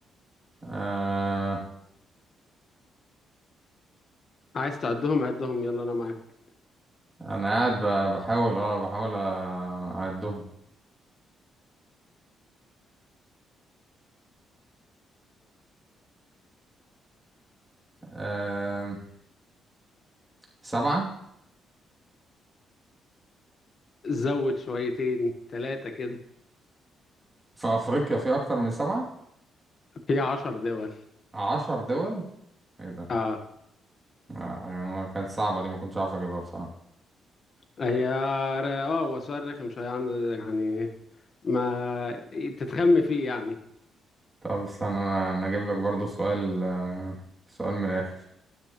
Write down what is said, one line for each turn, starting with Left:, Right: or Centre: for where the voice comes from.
Right: آه
Left: عايز تعدهم عدهم يلا انا معاك
Right: انا قاعد ب- بحاول اه بحاول أ- اعدهم آه سبعة
Left: زود شويتين ثلاثه كده
Right: في افريقيا في اكتر من سبعة
Left: في عشر دول
Right: عشر دول ايه ده
Left: اه
Right: آه يعني كانت صعبة دي ما كنتش عارف اجيبها بصراحة
Left: هي اه هو سؤال رخم شويه عن- يعني ما تتخم فيه يعني
Right: طب استنى انا انا اجيب لك برضو سؤال آه سؤال من الاخر